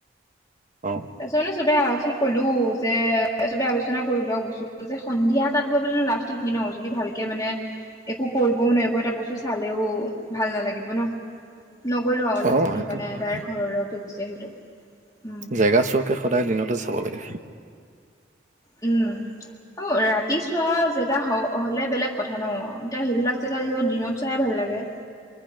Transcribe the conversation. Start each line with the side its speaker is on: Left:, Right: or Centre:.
Right: অ',
Left: তাৰপিছত নে চবে আচ কলো যে চবে আলোচনা কৰিলো আৰু বস্তুটো যে সন্ধিয়া তাত গৈ পেলাই লাষ্ট কি ন যদি ভালকে মানে একো কৰিবও ন, একো এটা বস্তু চালেও ভাল নালাগিব ন। নগলো আক
Right: অ
Left: লাষ্টত,
Right: সেইটো
Left: সেইকাৰণে
Right: হয়
Left: ডাইৰেক্ট ঘৰলৈকে গুচি আহিলো উম,
Right: জেগা চোৱাকে সদায় দিনতে চাব লাগে।
Left: উম, অ, ৰাতি চোৱা জেগা হ হলে বেলেগ কথা ন। এতিয়া সেইবিলাক জেগা যিহেতু দিনত চাই ভাল লাগে।